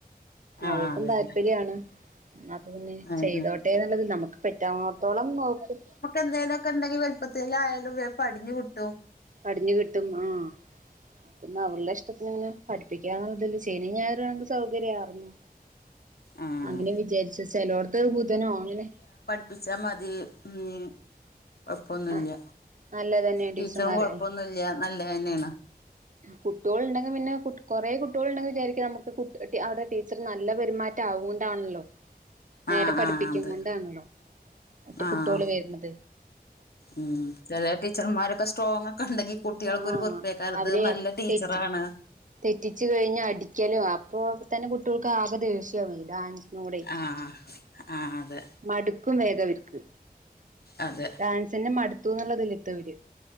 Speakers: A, on the left; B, on the right.
A: ആഹ്
B: അവൾക്കും
A: അതന്നെ
B: താല്പര്യാണ് അത് പിന്നെ
A: അതന്നെ
B: ചെയ്തോട്ടെ എന്നുള്ളത് നമുക്ക് പറ്റാവുന്നോടത്തോളം നോക്കും
A: എന്തേലുംഒക്കെ ഉണ്ടെങ്കിൽ വലുപ്പത്തേലിൽ ആയാലും വേഗം പടിഞ്ഞു കിട്ടും
B: പടിഞ്ഞു കിട്ടും ആഹ് പിന്നെ അവളുടെ ഇഷ്ടത്തിന് ഇങ്ങനെ പഠിപ്പിക്കാന്നുള്ളതിൽ ശനി ഞായറും ആയിരുന്നെങ്കി സൗകര്യായിർന്നു
A: ആഹ്
B: അങ്ങനെ വിചാരിച്ച ചിലോട്ത്ത് ബുധനോ അങ്ങനെ
A: പ്പിച്ചാ മതി ഉം കൊഴപ്പൊന്നുവില്ല
B: ആഹ് നല്ലതന്നെ
A: ടീച്ചറും
B: ടീച്ചർമാര്
A: കൊഴപ്പൊന്നുംല്ല നല്ല തന്നെയാണ്
B: കുട്ട്യോൾ ഉണ്ടെങ്കിൽ പിന്നെ കുറേ കുട്ട്യോൾ ഉണ്ടെങ്കിൽ വിചാരിക്കാം നമുക്ക് അവടെ ടീച്ചർ നല്ല പെരുമാറ്റം റ്റാവുങ്ങൊണ്ടാണല്ലോ നേരെ
A: ആഹ്
B: പഠിപ്പിക്കണൊണ്ടാണ്ല്ലോ
A: ആഹ് അത്
B: മറ്റെ
A: ആഹ്
B: കു ട്ടോള് വെര്ണത്
A: ഉം ചെല ടീച്ചർമാരൊക്കെ സ്ട്രോങ് ഒക്കെ ഉണ്ടെങ്കി കുട്ടികൾക്ക്
B: ആഹ്
A: ഒരു വെറുപ്പയേക്കാലത്ത്
B: അവര്
A: നല്ല ഒരു ടീച്ചറാണ്
B: തെറ്റി തെറ്റിച്ചു കഴിഞ്ഞാ അടിക്കലുവാ അപ്പൊ തന്നെ കുട്ടികൾക്ക് ആകെ ദേഷ്യവും ഈ ഡാൻസ് നമ്മുടെ
A: ആഹ് ആഹ് അതെ
B: മടുക്കും വേഗം അവര്ക്ക്
A: അതെ
B: ഡാൻസിന്റെ മടുത്തുന്നുള്ളതിലിത്തവര്